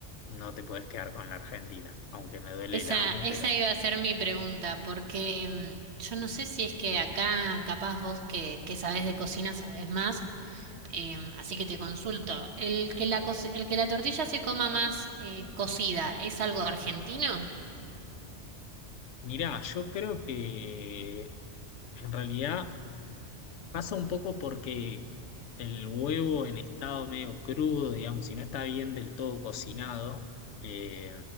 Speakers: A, on the left; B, on the right.
A: no te puedes quedar con la Argentina, aunque me duele
B: esa,
A: y la ame,
B: esa
A: pero
B: iba a ser mi pregunta, porque mm, yo no sé si es que acá, capaz vos que, que sabés de cocina, sabés más. Em, así que te consulto, ¿el que la, cos- el que la tortilla se coma más eh, cocida es algo argentino?
A: mirá, yo creo que en realidad pasa un poco porque el huevo en estado medio crudo, digamos, si no está bien del todo cocinado, eh,